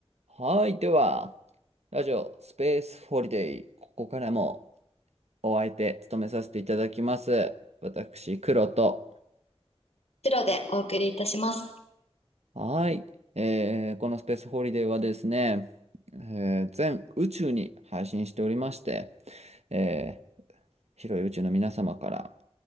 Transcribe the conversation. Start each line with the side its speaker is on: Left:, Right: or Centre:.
Right: はい。では、ラジオスペースホリデー。ここからもお相手務めさせていただきます。私、黒と。
Left: 白でお送りいたします。
Right: はい。えーこのスペースホリデーはですね、えー全宇宙に配信しておりまして、えー広い宇宙の皆様から